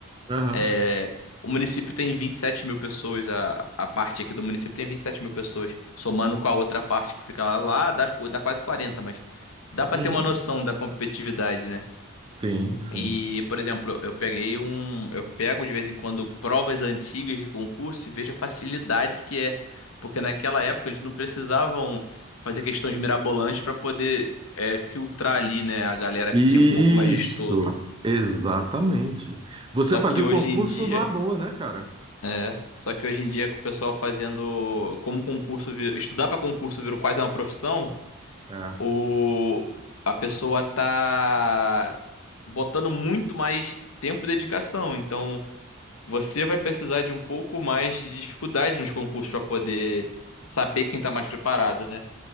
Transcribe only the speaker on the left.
É, o município tem vinte e sete mil pessoas, a, a parte aqui do município tem vinte e sete mil pessoas, somando com a outra parte que fica lá, lá, dá, dá quase quarenta mas dá pra
ter uma noção da competitividade, né?
E, por exemplo, eu peguei um, eu pego de vez em quando provas antigas de concurso e vejo a facilidade que é, porque naquela época eles não precisavam fazer questões mirabolantes para poder é, filtrar ali, né, a galera
que tinha um pouco mais de estudo.
Só
que
hoje
em dia
É, só que hoje em dia com o pessoal fazendo, como concurso, vi- estudar para concurso virou quase uma profissão,
o a pessoa tá botando muito mais tempo e dedicação. Então, você vai precisar de um pouco mais de dificuldade nos concursos para poder saber quem tá mais preparado, né?